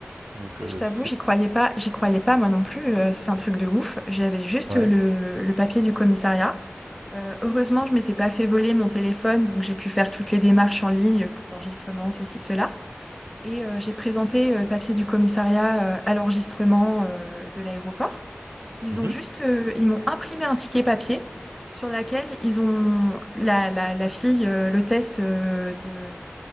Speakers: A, on the right (about 80°); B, in the centre.
A: Donc
B: Non,
A: euh,
B: Mais je t'avoue,
A: c'est
B: j'y croyais pas, j'y croyais pas moi non plus, euh, c'est un truc de ouf. J'avais juste
A: ouais.
B: le, le papier du commissariat. Euh, heureusement, je m'étais pas fait voler mon téléphone, donc j'ai pu faire toutes les démarches en ligne pour l'enregistrement, ceci, cela. Et euh, j'ai présenté euh, le papier du commissariat euh, à l'enregistrement euh, de l'aéroport. Ils
A: Mhm.
B: ont juste, euh, ils m'ont imprimé un ticket papier sur laquelle ils ont la, la, la fille, euh, l'hôtesse euh, de